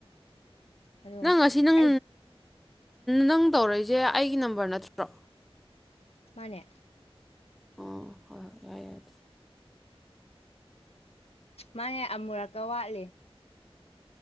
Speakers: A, on the left; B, in the centre.
A: ꯑꯗꯨꯒ
B: ꯅꯪ ꯑꯁꯤ ꯅꯪ
A: ꯑꯩ
B: ꯅꯪ ꯇꯧꯔꯛꯏꯁꯦ ꯑꯩꯒꯤ ꯅꯝꯕꯔ ꯅꯠꯇ꯭ꯔꯣ
A: ꯃꯥꯅꯦ
B: ꯑꯣ ꯍꯣꯏ ꯍꯣꯏ ꯌꯥꯏ ꯌꯥꯏ
A: ꯃꯥꯅꯦ ꯑꯃꯨꯔꯛꯀ ꯋꯥꯠꯂꯤ